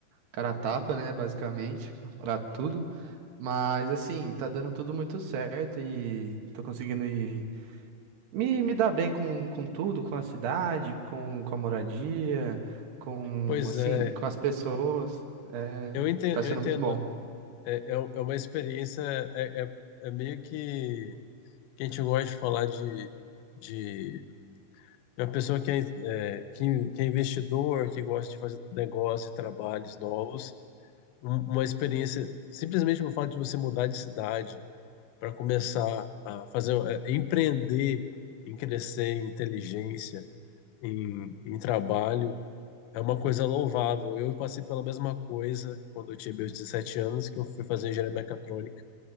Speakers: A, on the right (about 65°); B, on the left (about 75°).
A: cara a tapa, né? Basicamente, <laughs> pra tudo. Mas, assim, tá dando tudo muito certo e tô conseguindo ir. Me, me dá bem com, com tudo, com a cidade, com, com a moradia, com,
B: Pois
A: assim,
B: é,
A: com as pessoas. É,
B: eu entendo,
A: tá sendo
B: eu entendo.
A: muito bom.
B: É, é é uma experiência, é, é, é meio que que a gente gosta de falar de, de A pessoa que é, é, que, que é investidor, que gosta de fazer negócios e trabalhos novos, um- uma experiência, simplesmente o fato de você mudar de cidade para começar a fazer, é, empreender em crescer, em inteligência, em, em trabalho, é uma coisa louvável. Eu passei pela mesma coisa quando eu tinha meus 17 anos, que eu fui fazer engenharia mecatrônica